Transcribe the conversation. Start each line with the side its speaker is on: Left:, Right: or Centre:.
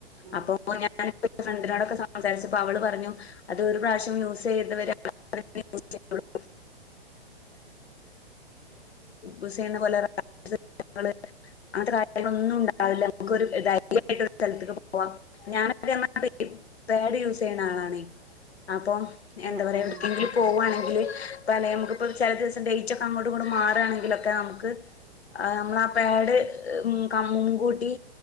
Right: ഉം
Left: അപ്പൊ ഞാന് ന്റെ ഫ്രണ്ടിനോടൊക്കെ സം സംസാരിച്ചപ്പോ അവള് പറഞ്ഞു അത് ഒരു പ്രാവശ്യം യൂസ് ചെയ്തവരോക്കെ <inaudible> <inaudible> ഊസ് ചെയ്യണ പോലെ <inaudible> അങ്ങനത്തെ കാര്യങ്ങളൊന്നും ണ്ടാവില്ല നമുക്കൊരു ധൈര്യായിട്ട ഒരു സ്ഥലത്ത്ക്ക് പോവാം. ഞാനൊക്കൊ <inaudible> പാഡ് യൂസ് ചെയ്യണ ആളാണ് അപ്പൊ
Right: ഉം
Left: എന്താ പറയാ
Right: ഉം
Left: എവിടക്കെങ്കിലും പോവാണെങ്കില് പ്പ നമുക്കിപ്പ ചെല ദെവസ ഡേറ്റ് ഒക്കെ അങ്ങോട്ടു ഇങ്ങോട്ടു മാറാണെങ്കിലൊക്കെ നമുക്ക് ആഹ് അമ്മള പാഡ് കം മുകൂട്ടി